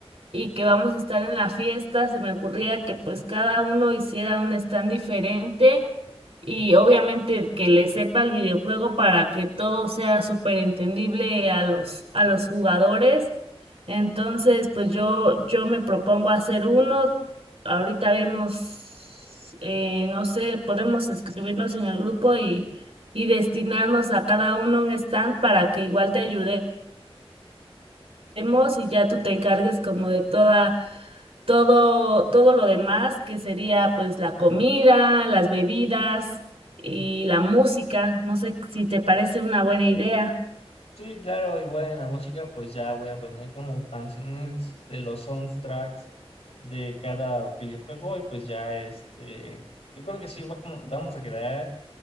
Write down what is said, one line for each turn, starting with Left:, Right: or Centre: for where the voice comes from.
Right: y que vamos a estar en la fiesta, se me ocurría que pues cada uno hiciera un stand diferente y obviamente que le sepa el videojuego para que todo sea súper entendible a los, a los jugadores. Entonces, pues yo, yo me propongo hacer uno. Ahorita vemos, eh, no sé, podemos escribirnos en el grupo y, y destinarnos a cada uno un stand para que igual te ayude hacemos y ya tú te encargues como de toda, todo, todo lo demás, que sería pues la comida, las bebidas y la música. No sé si te parece una buena idea.
Left: Sí, claro, igual en la música, pues ya voy a poner como canciones de los soundtracks de cada videojuego y pues ya este, yo creo que sí va como- vamos a quedar.